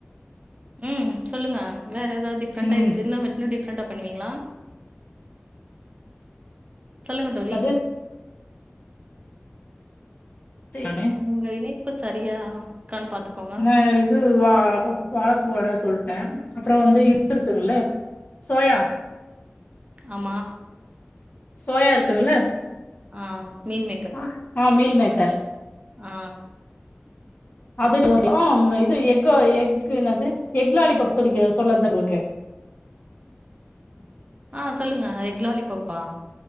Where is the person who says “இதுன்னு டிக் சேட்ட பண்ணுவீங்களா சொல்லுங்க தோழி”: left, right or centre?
Right